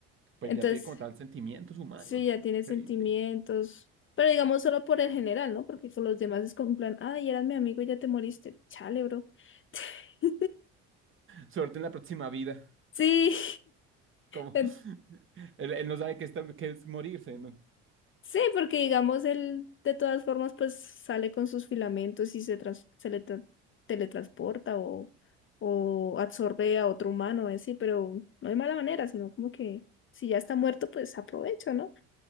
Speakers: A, on the right; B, on the left.
A: pues
B: Entonces
A: ya tiene como tal sentimientos humanos.
B: Sí, ya tiene sentimientos,
A: Increíble.
B: pero digamos solo por el general, ¿no? Porque con los demás es como un plan, ay, eras mi amigo y ya te moriste. Chale, bro. <laughs>
A: Suerte en la próxima vida.
B: Sí,
A: Como
B: <laughs> en-
A: <laughs> él, él no sabe qué, está, qué es morirse, ¿no?
B: sí, porque digamos él de todas formas pues sale con sus filamentos y se, trans- se le tra- teletransporta o, o absorbe a otro humano, ¿eh? Sí, pero no de mala manera, sino como que si ya está muerto pues aprovecho, ¿no?